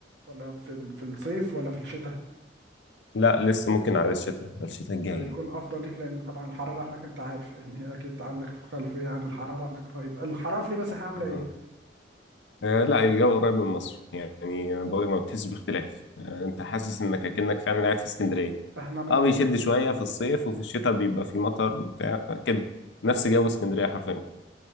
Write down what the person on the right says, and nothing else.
ولا في ال- في الصيف ولا في الشتاء
يكون
افضل ليك لان طبعا الحراره هناك انت عارف يعني اكيد عندك خلفيه عن الحراره هناك رهيبه الحراره في ليبيا عامله ايه
احنا مؤخ